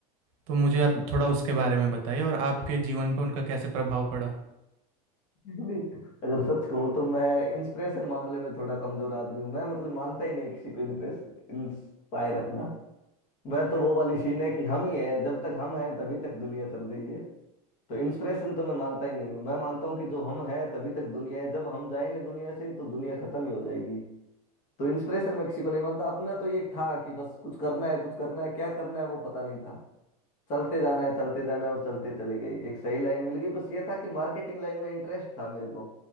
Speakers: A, on the right; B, on the left.
A: तो मुझे आप थोड़ा उसके बारे में बताइए और आपके जीवन पर उनका कैसे प्रभाव पड़ा
B: नहीं अगर सच कहूं तो मैं इंस्पिरेशन मामले में थोड़ा कमजोर आदमी हूं मैं मतलब मानता ही नहीं किसी को इंप्रेस इंस्पायर अपना मैं तो वो वाली सीन है कि हम ही है जब तक हम हैं तभी तक दुनिया चल रही है तो इंस्पिरेशन तो मैं मानता ही नहीं हूँ मैं मानता हूँ कि जो हम हैं तभी तक दुनिया है जब हम जाएंगे दुनिया से तो दुनिया खत्म ही हो जाएगी तो इंस्पिरेशन मैं किसी को नहीं मानता अपना तो ये था कि बस कुछ करना है कुछ करना है क्या करना है वो पता नहीं था चलते जाना है चलते जाना है और चलते चले गए एक सही लाइन मिल गई बस ये था कि मार्केटिंग लाइन में इंटरेस्ट था मेरे को